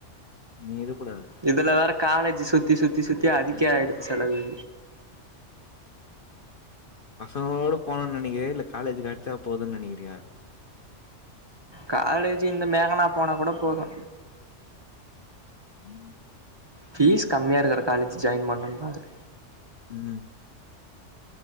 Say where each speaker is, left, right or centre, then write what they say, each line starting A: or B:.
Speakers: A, on the left (about 50°); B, on the right (about 30°).
A: நீ எடுப்படா
B: இதுல வேற காலேஜி சுத்தி சுத்தி சுத்தி அதுக்கே ஆயிடுது செலவு
A: பசங்களோடு போனுன்னு நெனைக்கிறியா இல்ல காலேஜ் கெச்சா போதுனு நெனைகிறியா
B: காலேஜி இந்த மேகனா போனா கூட போது
A: ம்
B: பீஸ் கம்மியா இருக்குற காலேஜு ஜாயின் பண்ணுனோனு பாக்கர
A: ம்